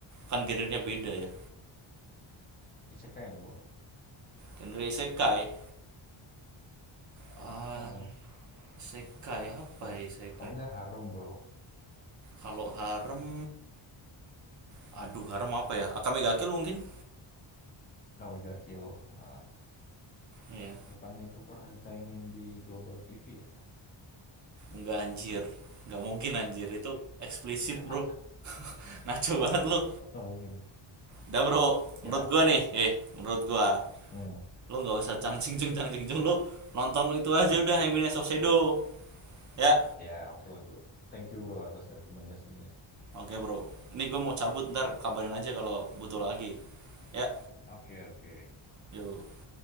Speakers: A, on the right; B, on the left.
A: kan genrenya beda ya
B: Isekai lo.
A: genre isekai ah
B: Heeh.
A: isekai apa
B: Kalau
A: ya isekai
B: kalau nggak harem bro.
A: kalau harem aduh harem apa ya Akame ga Kill mungkin
B: Kalau nggak kill. Ah,
A: iya
B: bukannya itu pernah ditayangin di Global TV ya?
A: nggak anjir nggak mungkin anjir itu eksplisit
B: <laughs>
A: bro <laughs> naco banget lo
B: Mungkin. ya.
A: udah bro menurut
B: Kira.
A: gua nih eh menurut gua
B: Hmm.
A: lo nggak usah cangcing cing cangcing cing lo nonton itu aja udah Eminence of Shadow ya
B: Ya, oke lah bro. Thank you bro atas rekomendasinya.
A: Oke bro, ini gue mau cabut ntar kabarin aja kalau butuh lagi. Ya,
B: Oke, oke.
A: yuk.